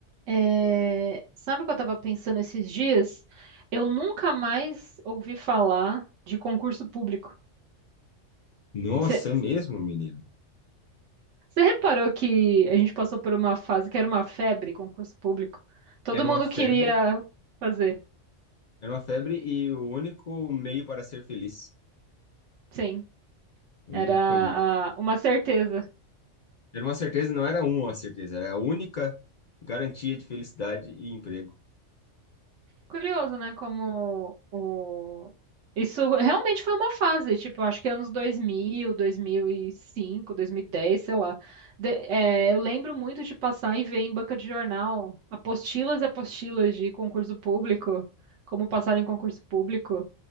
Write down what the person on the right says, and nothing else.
É, sabe o que eu estava pensando esses dias? Eu nunca mais ouvi falar de concurso público.
Você
reparou que a gente passou por uma fase que era uma febre, concurso público? Todo
mundo
queria fazer.
Sim,
era
a- uma certeza.
Curioso, né? Como o... isso realmente foi uma fase, tipo, eu acho que anos dois dois dois mil, mil e cinco, dois mil e dez, sei lá. De- é, eu lembro muito de passar e ver em banca de jornal apostilas e apostilas de concurso público, como passar em concurso público.